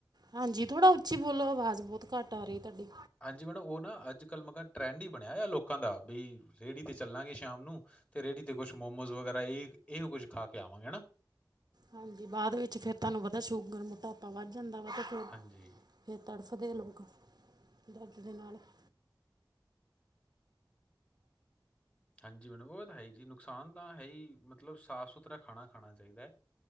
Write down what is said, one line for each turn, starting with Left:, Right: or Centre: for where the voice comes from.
Right: ਹਾਂਜੀ ਥੋੜਾ ਉੱਚੀ ਬੋਲੋ ਆਵਾਜ਼ ਬਹੁਤ ਘੱਟ ਆ ਰਹੀ ਤੁਹਾਡੀ
Left: ਹਾਂਜੀ ਮੈਡਮ ਉਹ ਨਾ ਅੱਜ ਕੱਲ੍ਹ ਮੈਂ ਕਿਹਾ ਟਰੈਂਡ ਹੀ ਬਣਿਆ ਆ ਲੋਕਾਂ ਦਾ ਬਈ ਰੇਹੜੀ ਤੇ ਚੱਲਾਂਗੇ ਸ਼ਾਮ ਨੂੰ ਤੇ ਰੇੜੀ ਤੇ ਕੁਛ ਮੋਮੋਸ ਵਗੈਰਾ ਇਹੋ ਕੁਝ ਖਾ ਕੇ ਆਵਾਂਗੇ ਹਨਾ।
Right: ਹਾਂਜੀ ਬਾਅਦ ਵਿੱਚ ਫੇਰ ਤੁਹਾਨੂੰ ਪਤਾ ਸ਼ੂਗਰ ਮੋਟਾਪਾ ਵੱਧ ਜਾਂਦਾ ਵਾ ਤੇ ਫਿਰ-
Left: ਹਾਂਜੀ।
Right: ਫਿਰ ਤਰਸ ਵਧੇ ਲੋਕ ਦਰਦ ਦੇ ਨਾਲ <inaudible>
Left: ਹਾਂਜੀ ਮੈਨੂੰ ਉਹ ਤਾਂ ਹੈ ਜੀ ਨੁਕਸਾਨ ਤਾਂ ਹੈ ਹੀ ਮਤਲਬ ਸਾਫ਼ ਸੁਥਰਾ ਖਾਣਾ -ਖਾਣਾ ਚਾਹੀਦਾ।